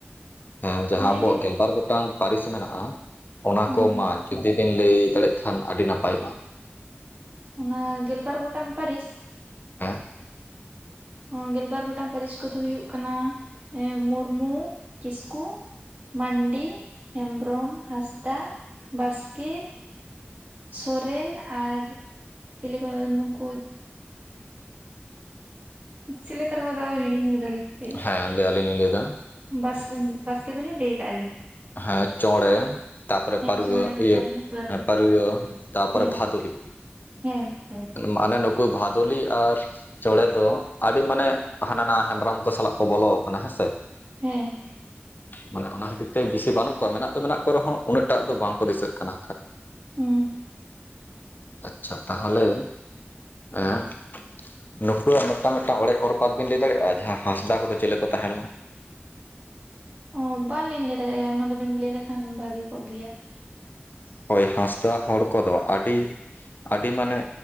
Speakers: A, on the left; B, on the right.
A: ᱦᱮᱸ ᱡᱟᱦᱟᱸ
B: ᱞᱟᱹᱭ
A: ᱟᱵᱚᱣᱟᱜ
B: ᱵᱤᱱ
A: ᱜᱮᱞᱵᱟᱨ
B: ᱢᱟ
A: ᱜᱚᱴᱟᱝ ᱯᱟᱨᱤᱥ ᱢᱮᱱᱟᱜᱼᱟ ᱚᱱᱟ
B: ᱦᱩᱸ
A: ᱠᱚᱢᱟ ᱡᱩᱫᱤ ᱵᱤᱧ ᱞᱟᱹᱭ ᱫᱟᱲᱮᱭᱟᱜ ᱠᱷᱟᱱ ᱟᱹᱰᱤ ᱱᱟᱯᱟᱭᱚᱜᱼᱟ᱾
B: ᱚᱱᱟ ᱜᱮᱞᱵᱟᱨ ᱜᱚᱴᱟᱝ ᱯᱟᱹᱨᱤᱥ?
A: ᱦᱮᱸ
B: ᱚᱸ ᱜᱮᱞᱵᱟᱨ ᱜᱚᱴᱟᱝ ᱯᱟᱹᱨᱤᱥ ᱠᱚᱫᱚ ᱦᱩᱭᱩᱜ ᱠᱟᱱᱟ ᱢᱩᱨᱢᱩ, ᱠᱤᱥᱠᱩ ᱢᱟᱱᱰᱤ, ᱦᱮᱢᱵᱨᱚᱢ, ᱦᱟᱸᱥᱫᱟ, ᱵᱟᱥᱠᱮ, ᱥᱚᱨᱮᱱ ᱟᱨ ᱪᱮᱞᱮᱠᱚ ᱱᱩᱠᱩ ᱪᱤᱞᱮ ᱛᱟᱨᱟᱨ ᱠᱚ ᱢᱮᱛᱟᱠᱚᱣᱟ ᱦᱤᱲᱤᱧ ᱠᱟᱫᱟᱞᱤᱧ᱾ ᱦᱟᱯᱮᱭᱟ
A: ᱦᱮᱸ ᱟᱹᱞᱤᱧ ᱞᱤᱧ ᱞᱟᱹᱭ ᱮᱫᱟ᱾
B: ᱵᱟᱥ ᱵᱟᱥᱠᱮ ᱫᱚᱞᱤᱧ ᱞᱟᱹᱭ ᱠᱟᱫᱟ᱾ ᱡᱟᱱᱤᱡ
A: ᱦᱮᱸ ᱪᱚᱬᱮᱸ, ᱛᱟᱯᱚᱨᱮ ᱯᱟᱨᱣᱟᱹ
B: ᱪᱚᱬᱮ ᱢᱤᱫᱴᱟᱝ
A: ᱦᱮᱸ
B: ᱢᱮᱱᱟᱜᱼᱟ ᱯᱟᱹᱨᱣᱟᱹ
A: ᱯᱟᱨᱤᱭᱟᱹ ᱛᱟᱯᱚᱨᱮ
B: ᱦᱮᱸ
A: ᱵᱷᱽᱟᱫᱩᱞᱤ,
B: ᱦᱮᱸ ᱵᱷᱟᱫᱩᱞᱤ
A: ᱢᱟᱱᱮ ᱱᱩᱠᱩ ᱵᱷᱟᱫᱚᱞᱤ ᱟᱨ ᱪᱚᱬᱮᱸ ᱫᱚ ᱟᱹᱰᱤ ᱢᱟᱱᱮ ᱦᱟᱱᱟ ᱱᱚᱣᱟ ᱦᱮᱢᱵᱨᱚᱢ ᱠᱚ ᱥᱟᱞᱟ-ᱜ ᱠᱚ ᱵᱚᱞᱚ ᱠᱟᱱᱟ᱾ ᱦᱮᱸ ᱥᱮ
B: ᱦᱮᱸ
A: ᱢᱟᱱᱮ ᱚᱱᱟ ᱠᱷᱟᱹᱛᱤᱨ ᱛᱮ, ᱵᱮᱥᱤ ᱵᱟᱹᱱᱩᱜ ᱠᱚᱣᱟ᱾ ᱢᱮᱱᱟᱜ ᱫᱚ ᱢᱮᱱᱟᱜ ᱠᱚ ᱨᱮᱦᱚᱸ ᱩᱱᱟᱹᱜ ᱴᱟᱜ ᱫᱚ ᱵᱟᱝᱠᱚ ᱫᱤᱥᱟᱹᱜ ᱠᱟᱱᱟ᱾
B: ᱦᱩᱸ
A: ᱟᱪᱪᱷᱟ ᱛᱟᱦᱚᱞᱮ ᱟᱨ ᱱᱩᱠᱩᱣᱟ-ᱜ ᱢᱤᱫᱴᱟᱝ, ᱢᱤᱫᱴᱟᱝ ᱚᱲᱮᱡ ᱚᱨᱯᱟᱛ ᱵᱤᱱ ᱞᱟᱹᱭ ᱫᱟᱲᱮᱭᱟᱜᱼᱟ᱾ ᱡᱟᱦᱟᱸ ᱦᱟᱸᱥᱫᱟ ᱠᱚᱼᱫᱚ ᱪᱮᱞᱮ ᱠᱚ ᱛᱟᱦᱮᱸ ᱠᱟᱱᱟ᱾
B: ᱚ ᱵᱟᱝᱞᱤᱧ ᱞᱟᱹᱭ ᱫᱟᱲᱮᱭᱟᱜᱼᱟ᱾ ᱚᱱᱟ ᱫᱚᱵᱤᱱ ᱞᱟᱹᱭ ᱞᱮᱠᱷᱟᱱ ᱵᱷᱟᱜᱤ ᱠᱚᱜ ᱜᱮᱭᱟ᱾
A: ᱦᱳᱭ ᱦᱟᱸᱥᱫᱟ ᱦᱚᱲ ᱠᱚᱼᱫᱚ ᱟᱹᱰᱤ ᱟᱹᱰᱤ ᱢᱟᱱᱮ